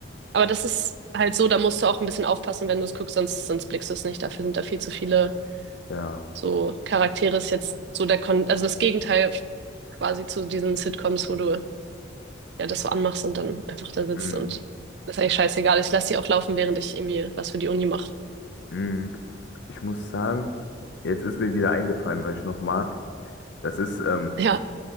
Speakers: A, on the right; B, on the left.
A: Aber das ist halt so, da musst du auch ein bisschen aufpassen, wenn du es guckst, sonst, sonst blickst du es nicht. Dafür sind da viel zu viele
B: Ja,
A: so Charaktere. Ist jetzt so der Kon also das Gegenteil quasi zu diesen Sitcoms, wo du ja das so anmachst und dann einfach da sitzt
B: mhm.
A: und das ist eigentlich scheißegal. Ich lasse die auch laufen, während ich irgendwie was für die Uni mache.
B: Mhm. Ich muss sagen, jetzt ist mir wieder eingefallen, weil ich noch mag. Das ist ähm,
A: Ja,